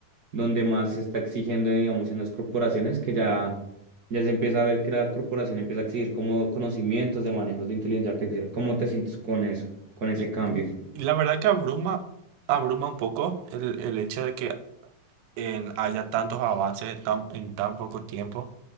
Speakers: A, on the right; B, on the right.
A: donde más se está exigiendo, digamos, en las corporaciones, que ya, ya se empieza a ver que la corporación empieza a exigir como conocimientos de manejos de inteligencia artificial. ¿Cómo te sientes con eso, con ese
B: Y
A: cambio?
B: y la verdad que abruma, abruma un poco el, el hecho de que en- haya tantos avances en tan, en tan poco tiempo.